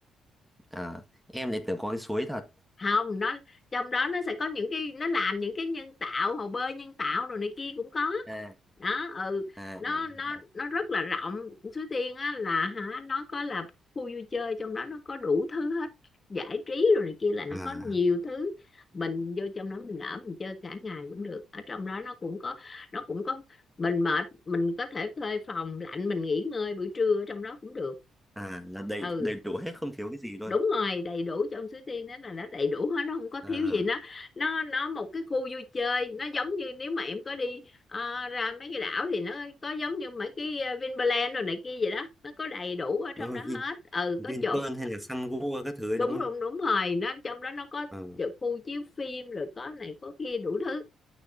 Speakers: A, in the centre; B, on the left (about 30°).
A: à, em lại tưởng có cái suối thật
B: không nó trong đó nó sẽ có những cái nó làm những cái nhân tạo hồ bơi nhân tạo rồi này kia cũng có
A: à
B: đó ừ
A: à
B: nó
A: à,
B: nó
A: hiểu
B: nó rất là rộng Suối Tiên á là hả nó có là khu vui chơi trong đó nó có đủ thứ hết giải trí rồi này kia là nó
A: à
B: có nhiều thứ mình vô trong đó mình ở mình chơi cả ngày cũng được ở trong đó nó cũng có nó cũng có mình mệt mình có thể thuê phòng lạnh mình nghỉ ngơi buổi trưa ở trong đó cũng được
A: à là đầy
B: ừ
A: đầy đủ hết không thiếu cái gì luôn
B: đúng rồi đầy đủ trong Suối Tiên đó là nó đầy đủ hết nó không có
A: à
B: thiếu gì nó nó nó một cái khu vui chơi nó giống như nếu mà em có đi ờ, ra mấy cái đảo thì nó có giống như mấy cái ờ, Vinpearl rồi này kia vậy đó nó có đầy đủ ở
A: đúng
B: trong
A: rồi
B: đó hết
A: Vin
B: ừ
A: Vinpearl
B: có chỗ
A: hay là Sun Gua các thứ
B: đúng
A: ấy đúng không
B: đúng đúng rồi nó trong đó nó có
A: ờ
B: chỗ khu chiếu phim rồi có này có kia đủ thứ